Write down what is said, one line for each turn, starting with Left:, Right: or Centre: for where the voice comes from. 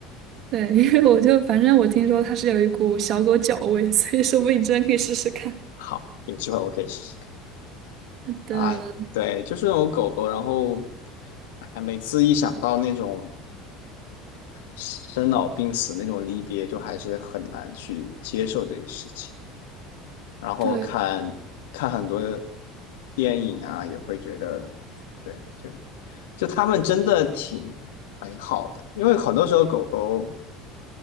Right: 对，<laughs> 因为我就反正我听说它是有一股小狗脚味，所以说不定你真的可以试试看。
Left: 好，有机会我可以试试看。
Right: 的，
Left: 哎，对，就是那种狗狗，然后，哎，每次一想到那种生老病死那种离别，就还是很难去接受这个事情。然后看看很多
Right: 对，
Left: 电影啊，也会觉得，对，就就他们真的挺美好的，因为很多时候狗狗